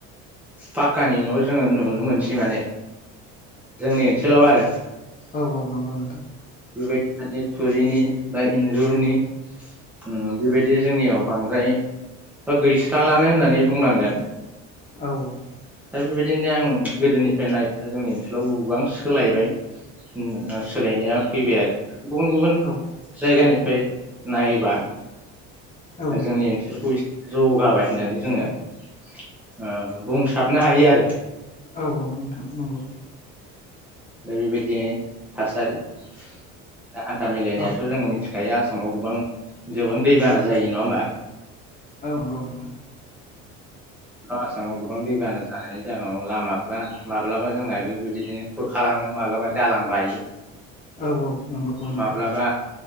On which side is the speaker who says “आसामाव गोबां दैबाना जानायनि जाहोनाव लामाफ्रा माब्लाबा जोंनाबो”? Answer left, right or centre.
Centre